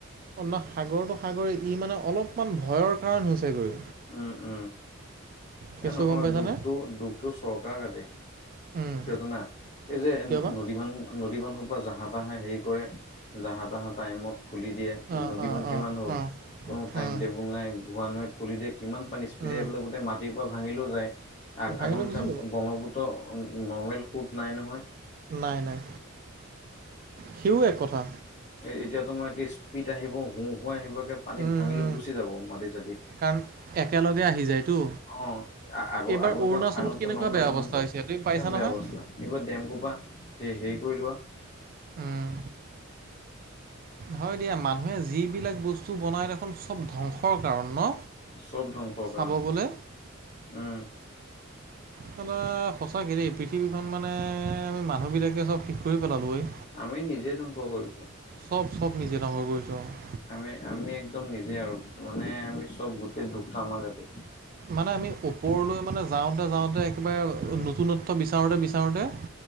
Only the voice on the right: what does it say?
অন্য সাগৰটো সাগৰে ই মানে অলপমান ভয়ৰ কাৰণ হৈছেগৈ।
কেছটো
গম পাইছানে
উম,
কিয় বা
অঁ
অঁ
অঁ
অঁ
অঁ
ভাঙিলৈ
গুচি যাব
নাই নাই সিও এক কথা।
উম,
উম,
কাৰণ একেলগে আহি যায়তো।
এইবাৰ
অৰুণাচলত
কেনেকুৱা
বেয়া
অৱস্থা হৈছে তুমি পাইছা
নহয়
উম, হয় দিয়া মানুহে যিবিলাক বস্তু বনাই দেখোন চব ধংসৰ কাৰণ ন?
চাব
গ'লে।
চালা সঁচাকে দেই পৃথিৱীখন মানে আমি মানুহ বিলাকে চব শেষ কৰি পেলালো অই।
চব চব নিজে ধংস কৰিছোঁ আৰু।
মানে আমি ওপৰলৈ মানে যাওঁতে যাওঁতে একেবাৰে
নতুনত্ব বিচাৰ বিচাৰোতে বিচাৰোতে